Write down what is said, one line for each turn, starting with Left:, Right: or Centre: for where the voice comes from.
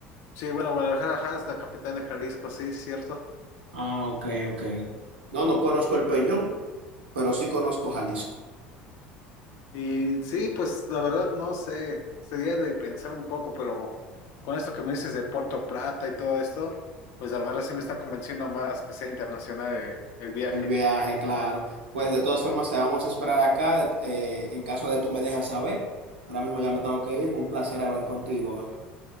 Left: Sí, bueno, Guadalajara ajá, es la capital de Jalisco, sí, cierto.
Right: Ah, ok, ok. No, no conozco el Peñón, pero sí conozco Jalisco.
Left: Y sí, pues la verdad no sé, sería de pensar un poco, pero con esto que me dices de Puerto Plata y todo esto, pues la verdad sí me está convenciendo más que sea internacional el el viaje.
Right: El viaje, claro. Pues de todas formas, te vamos a esperar acá de- eh, en caso de tú me dejas saber. Ahora mismo ya me tengo que ir. Fue un placer hablar contigo. Ángel.